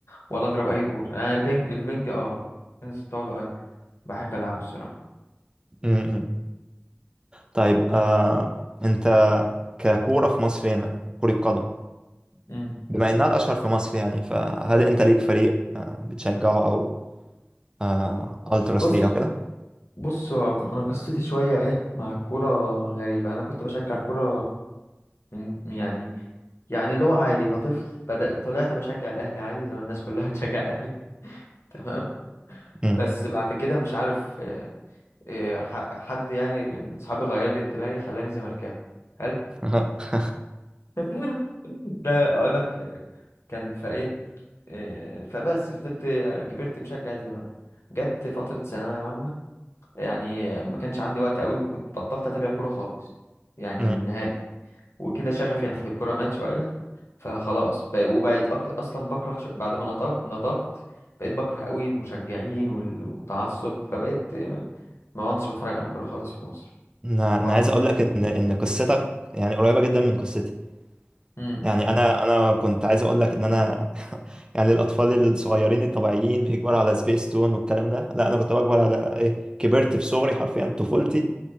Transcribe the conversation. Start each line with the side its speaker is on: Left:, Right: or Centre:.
Left: ولا أضرب أي كورة أنا البنج البنج أه تنس الطاولة أي بحب ألعبه الصراحة
Right: مم. طيب آه انت ككوره في مصر هنا كره قدم
Left: أمم.
Right: بما انها الاشهر في مصر يعني فهل انت ليك فريق آه بتشجعه او آه التراس
Left: بص
Right: ليه او كده
Left: بص هو أنا قصتي شوية إيه مع الكورة غريبة أنا كنت بشجع كورة من يعني يعني اللي هو عادي كطفل بدأ طلعت بشجع الأهلي عادي زي ما الناس كلها بتشجع الأهلي <laughs> تمام
Right: مم.
Left: بس بعد كده مش عارف آه، آه، ح- حد يعني من صحابي غير لي انتمائي خلاني زملكاوي حلو
Right: <laughs>
Left: <laughs> ده اقول لك كان في ايه آه، فبس فضلت آه، كبرت مشجع الزمالك جت فترة ثانوية عامة يعني ما كانش عندي وقت قوي ما كنت بطلت اتابع كورة خالص يعني
Right: مم.
Left: النهائي وكده شغفي ناحية الكورة مات شوية فخلاص بقى وبقيت أك... أصلا بكره ش... بعد ما نضج... نضجت بقيت بكره قوي المشجعين وال... والتعصب فبقيت آه، ما كنتش بتفرج على كورة خالص في مصر
Right: انا
Left: خالص
Right: أنا عايز اقول لك ان ان قصتك يعني قريبه جدا من قصتي
Left: امم
Right: يعني انا انا كنت عايز اقول لك ان انا <laughs> يعني الاطفال الصغيرين الطبيعيين بيكبروا على سبيس تون والكلام ده لا انا كنت بكبر على ايه كبرت في صغري حرفيا طفولتي